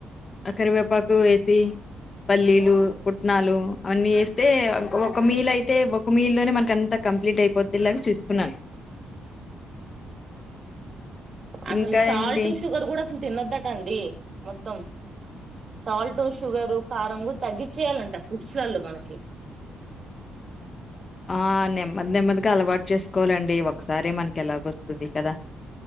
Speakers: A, on the left; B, on the right.
A: అ కరివేపాకు వేసి పల్లీలు పుట్నాలు అవన్నీ వేస్తే ఒక మీల్ అయితే ఒక మీల్ లోనే మనక అంతా కంప్లీట్ అయిపోద్ లాగా చూసుకున్నాను
B: అసలు
A: ఇంకా
B: సాల్ట్
A: ఏంటి
B: సుగర్ క కూడా తినొద్దట అండి మొత్తం సాల్ట్ షుగరు కారం కూడా తగ్గించేయాలంట ఫుడ్స్లలలో మనకి
A: ఆ నెమ్మది అలవాటు చేసుకోవాలండి ఒకసారి మనకి ఎలా వస్తుంది కదా